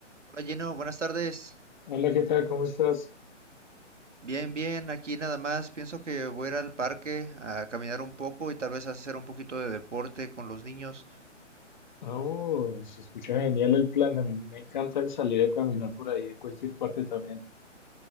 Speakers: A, on the right (about 70°); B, on the left (about 40°).
A: Hola Gino, buenas tardes.
B: Hola, ¿qué tal? ¿Cómo estás?
A: Bien, bien, aquí nada más. Pienso que voy a ir al parque a caminar un poco y tal vez hacer un poquito de deporte con los niños.
B: Oh, se escucha genial el plan. A mí me encanta salir a caminar por ahí, a cualquier parte también.